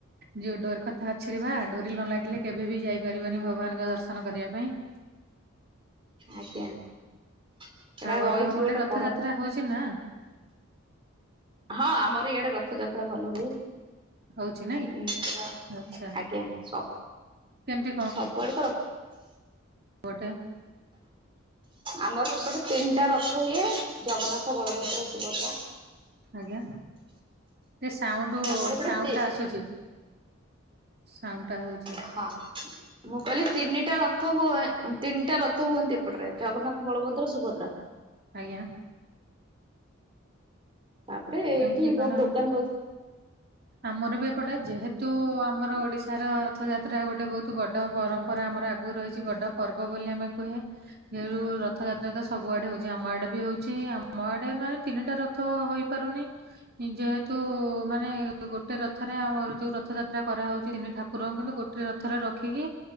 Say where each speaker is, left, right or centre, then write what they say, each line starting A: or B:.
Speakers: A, on the right; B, on the right.
A: ଯୋଉଁ ଡୋରି କଥା ଅଛିରେ ବା ଡୋରି ନ ଲାଗିଲେ, କେବେ ବି ଯାଇପାରିବନି ଭଗବାନଙ୍କ ଦର୍ଶନ କରିବା ପାଇଁ।
B: ଆଜ୍ଞା। ଏଇଟା
A: ଆଉ
B: ରହିଛି
A: ଆପଣଙ୍କ ଗୋଟେ ରଥଯାତ୍ରା
B: ପରମ୍ପରା
A: ହଉଛି ନା?
B: ହଁ ଆମର ଇଆଡେ ରଥଯାତ୍ରା ଭଲ ହୁଏ।
A: ହଉଛି ନାଇଁ
B: ଉଁ ଆ
A: ଆଚ୍ଛା
B: ଆଜ୍ଞା ସ
A: କେମିତି
B: ସବୁଆଡେ ତ ର
A: ଗୋଟେ
B: ଆମର ଏପଟେ ତିନିଟା ରଥ ହୁଏ ଜଗନ୍ନାଥ, ବଳଭଦ୍ର, ସୁଭଦ୍ରା।
A: ଆଜ୍ଞା ଏ ସାଉଣ୍ଡ
B: ଆମର ଏପଟେ
A: ସାଉଣ୍ଡଟା
B: ତି
A: ଆସୁଛି। ସାଉଣ୍ଡଟା ହଉଛି।
B: ହଁ। ମୁଁ କହିଲି ତିନିଟା ରଥ ହୁଏ। ତିନିଟା ରଥ ହୁଅନ୍ତି ଏପଟରେ। ଜଗନ୍ନାଥ, ବଳଭଦ୍ର, ସୁଭଦ୍ରା।
A: ଆଜ୍ଞା।
B: ତାପରେ ଏଇଠି
A: କେମିତି କଣ?
B: ବହୁତ ଦୋକାନ ବ
A: ଆମର ବି ଏପଟେ ଯେହେତୁ ଆମର ଓଡିଶା ଏଠାର ରଥଯାତ୍ରା ଗୋଟେ ବହୁତ ବଡ଼ ପରମ୍ପରା ଆମର ଆଗରୁ ରହିଛି। ବଡ଼ ପର୍ବ ବୋଲି ଆମେ କୁହେ। ଏ ରୁ ରଥଯାତ୍ରା ତ ସବୁ ଆଡେ ହଉଛି। ଆମ ଆଡେ ବି ହଉଛି। ଆମ ଆଡେ ମାନେ ତିନିଟା ରଥ ତ ହୋଇପାରୁନି। ଯେହେତୁ ମାନେ ଗୋଟେ ରଥରେ ଆମର ଯୋଉ ରଥ ଯାତ୍ରା କରାହଉଛି ତିନି ଠାକୁରଙ୍କୁ। କିନ୍ତୁ ଗୋ ଟିକେ ରଥରେ ରଖିକି